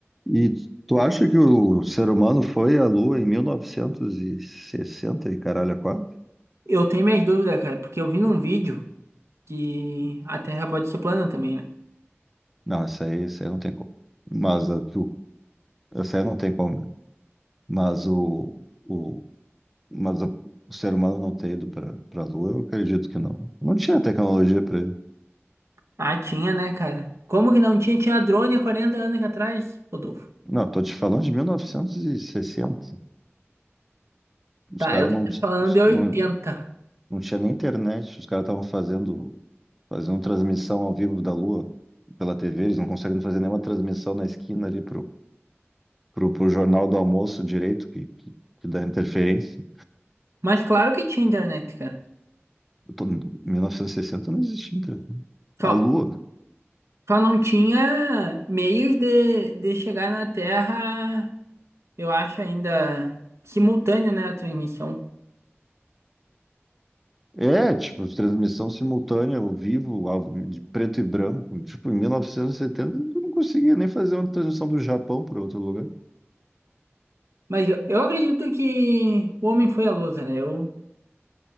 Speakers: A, in the centre; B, on the right.
A: E tu acha que o ser humano foi à Lua em mil novecentos e sessenta e caralho a quatro?
B: Eu tenho minhas dúvidas, cara, porque eu vi num vídeo que a Terra pode ser plana também, né?
A: Não, essa aí, essa aí não tem como. Mas a, tu, essa aí não tem como. né? Mas o, o, mas a- o ser humano não ter ido para para a Lua, eu acredito que não. Não tinha tecnologia para ele.
B: Ah, tinha, né, cara? Como que não tinha? Tinha drone há 40 anos atrás, Rodolfo.
A: Não, tô te falando de 1960. Os
B: Tá,
A: caras
B: eu tô
A: não,
B: falando de 80.
A: não, não tinha nem internet. Os caras estavam fazendo, fazendo transmissão ao vivo da Lua pela TV. Eles não conseguem fazer nenhuma transmissão na esquina ali pro, pro Jornal do Almoço direito, que, que, que dá interferência.
B: Mas claro que tinha internet, cara.
A: Eu tô- 1960 não existia internet.
B: Só,
A: A Lua.
B: só não tinha meios de, de chegar na Terra, eu acho ainda simultâneo, né, a transmissão.
A: É, tipo, transmissão simultânea, ao vivo, ao- de preto e branco. Tipo, em 1970 eu não conseguia nem fazer uma transmissão do Japão para outro lugar.
B: Mas eu, eu acredito que o homem foi à lua, cara. Eu,